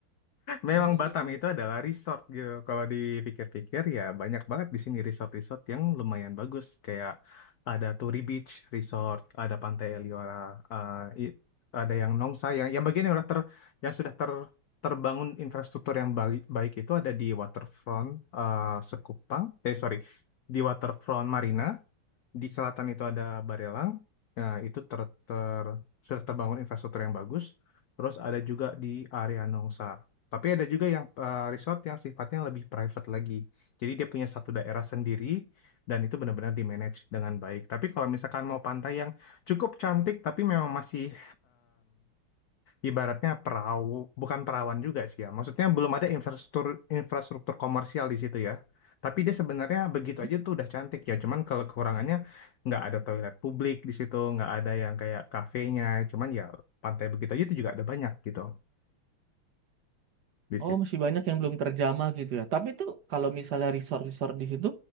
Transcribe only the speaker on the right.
Mm-mm.
Mm-mm.
Oh, masih banyak yang belum terjamah gitu ya. Tapi tuh kalau misalnya resort-resort di situ,